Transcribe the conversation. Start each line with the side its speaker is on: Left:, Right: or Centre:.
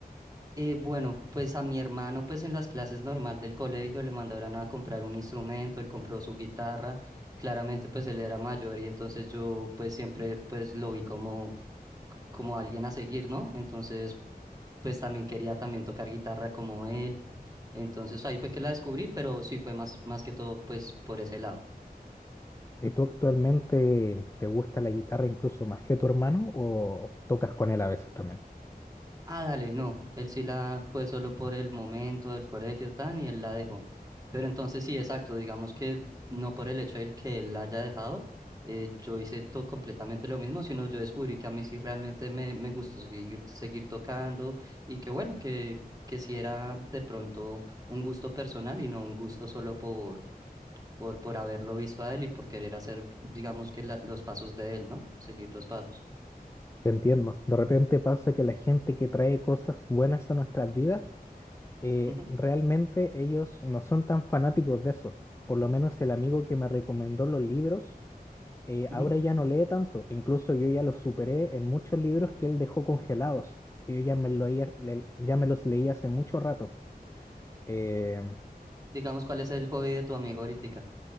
Right: Eh, bueno, pues a mi hermano, pues en las clases normal del colegio le mandaron a comprar un instrumento, él compró su guitarra, claramente pues él era mayor y entonces yo pues siempre pues lo vi como, como alguien a seguir, ¿no? Entonces pues también quería también tocar guitarra como él, entonces ahí fue que la descubrí, pero sí fue más, más que todo pues por ese lado.
Left: ¿Y tú actualmente te gusta la guitarra incluso más que tu hermano o tocas con él a veces también?
Right: Ah, dale, no, él sí la fue solo por el momento del colegio tan y él la dejó. Pero entonces sí, exacto, digamos que no por el hecho de que él la haya dejado, eh, yo hice todo completamente lo mismo, sino yo descubrí que a mí sí realmente me, me gustó seguir, seguir tocando y que bueno, que, que sí era de pronto un gusto personal y no un gusto solo por, por, por haberlo visto a él y por querer hacer, digamos que la- los pasos de él, ¿no? Seguir los pasos.
Left: Te entiendo. De repente pasa que la gente que trae cosas buenas a nuestras vidas, eh,
Right: Ujú,
Left: realmente ellos no son tan fanáticos de eso. Por lo menos el amigo que me recomendó los libros, eh,
Right: ujú.
Left: ahora ya no lee tanto. Incluso yo ya los superé en muchos libros que él dejó congelados. Y Yo ya me, lo leía- le- ya me los leí hace mucho rato. Eh,
Right: Digamos, ¿cuál es el hobby de tu amigo ahorita?